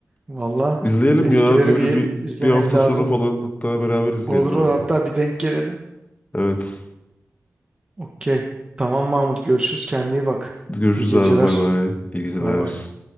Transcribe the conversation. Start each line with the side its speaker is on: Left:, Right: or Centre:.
Right: Valla
Left: İzleyelim
Right: eskileri
Left: ya böyle
Right: bir
Left: bir
Right: izlemek
Left: bir hafta
Right: lazım.
Left: sonu falan hatta beraber izleyelim
Right: Olur
Left: abi.
Right: olur hatta bir denk gelelim.
Left: Evet.
Right: Okey. Tamam Mahmut görüşürüz kendine iyi bak.
Left: Görüşürüz
Right: İyi geceler.
Left: abi bay bay. İyi geceler.
Right: Bay bay.